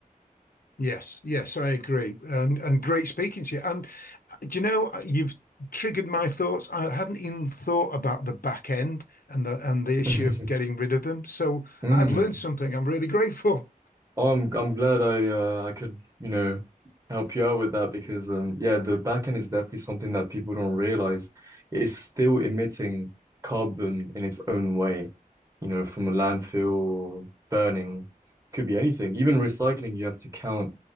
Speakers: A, on the left (about 80°); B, on the right (about 20°).
A: Yes, yes, I agree. And, and great speaking to you. And uh, do you know, uh, you've triggered my thoughts. I hadn't even thought about the back end and the and the issue
B: <laughs>
A: of getting rid of them. So
B: Mm.
A: I've learned something. I'm really <laughs> grateful.
B: Oh, I'm I'm glad I uh, I could, you know, help you out with that because um yeah, the backend is definitely something that people don't realize. It's still emitting carbon in its own way, you know, from a landfill or burning, could be anything. Even recycling, you have to count